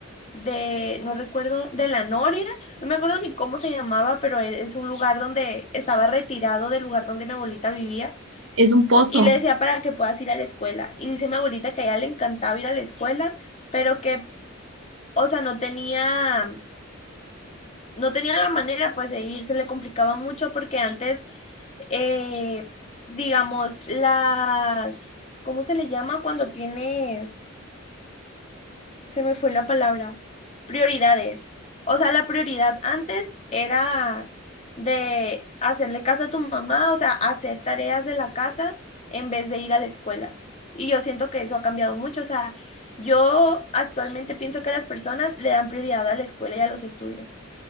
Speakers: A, on the left (about 35°); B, on the right (about 70°).
A: de, no recuerdo, de la Nórida, no me acuerdo ni cómo se llamaba, pero e- es un lugar donde estaba retirado del lugar donde mi abuelita vivía
B: es un pozo.
A: y le decía para que puedas ir a la escuela. Y dice mi abuelita que a ella le encantaba ir a la escuela, pero que, o sea, no tenía, no tenía la manera pues de ir, se le complicaba mucho porque antes, eh, digamos, las, ¿cómo se le llama cuando tienes? se me fue la palabra, prioridades. O sea, la prioridad antes era de hacerle caso a tu mamá, o sea, hacer tareas de la casa en vez de ir a la escuela. Y yo siento que eso ha cambiado mucho. O sea, yo actualmente pienso que las personas le dan prioridad a la escuela y a los estudios.